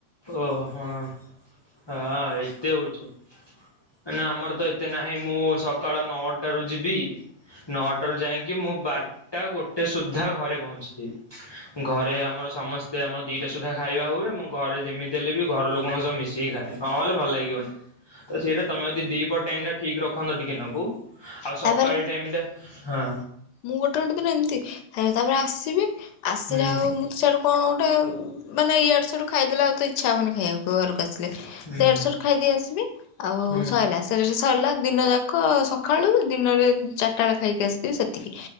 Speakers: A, on the left (about 20°); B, on the left (about 80°).
A: ଓ ହଁ ହଁ ଆ ଏତେ ହେଉଛି। ନା ଆମର ତ ଏତେ ନାହିଁ ମୁଁ ସକାଳ ନଅଟାରୁ ଯିବି ନଅଟାରୁ ଯାଇକି ମୁଁ ବାରଟା ଗୋଟେ ସୁଦ୍ଧା ଘରେ ପହଞ୍ଚିଥିବି। ଘରେ ଆମର ସମସ୍ତେ ଆମର ଦିଟା ସୁଦ୍ଧା ଖାଇବା ହୁଏ ମୁଁ ଘରେ ଯେମିତି ହେଲେ ବି ଘର ଲୋକଙ୍କ ସହ ମିଶିକି ଖାଏ ନହେଲେ ଭଲ ଲାଗିବନି। ତ ସେଇଟା ତମେ ଯଦି ଦି ପ ଟାଇମ ଟା ଠିକ ରଖନ୍ତ ଟିକେ ନକୁ ଆଉ ସକାଳ
B: ତାପରେ
A: ଟାଇମଟା ହଁ।
B: ମୁଁ ଗୋଟେ ଗୋଟେ ଦିନ ଏମିତି ହାଆ ତାପରେ ଆସିବି ଆସିଲେ
A: ହୁଁ
B: ଆଉ ମୁଁ ତ ସେଇଠୁ କଣ ଗୋଟେ ମାନେ ଇଆଡେ ସଡୁ ଖାଇଦେଲେ ଆଉ ତ ଇଚ୍ଛା ହବନି ଖାଇବାକୁ ଘରକୁ ଆସିଲେ?
A: ହୁଁ
B: ସେଠ ସେଠ ଖାଇଦେଇ ଆସିବି ଆଉ
A: ହୁଁ
B: ସଇଲା ସେଠତ ସଇଲା ଦିନ ଯାକ ସକାଳୁ ଦିନରେ ଚାରିଟା ବେଳେ ଖାଇକି ଆସିଥିବି ସେତିକି।